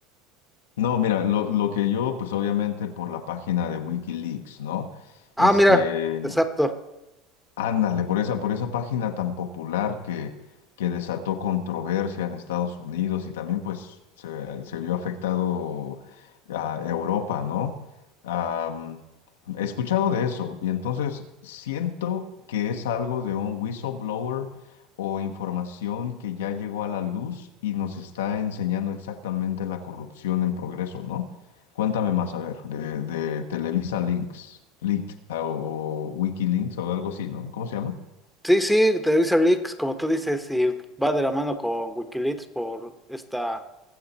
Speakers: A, on the left; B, in the centre.
A: No, mira, lo, lo que yo, pues obviamente por la página de Wikileaks, ¿no?
B: Ah,
A: Este,
B: mira, exacto.
A: ándale, por esa, por esa página tan popular que, que desató controversia en Estados Unidos y también pues se, se vio afectado a Europa, ¿no? Am, he escuchado de eso y entonces siento que es algo de un whistleblower o información que ya llegó a la luz y nos está enseñando exactamente la corrupción en progreso, ¿no? Cuéntame más, a ver, de, de Televisa Links, Leaked ah, o, o Wikilinks o algo así, ¿no? ¿Cómo se llama?
B: Sí, sí, Televisa Leaks, como tú dices, y va de la mano con Wikileaks por esta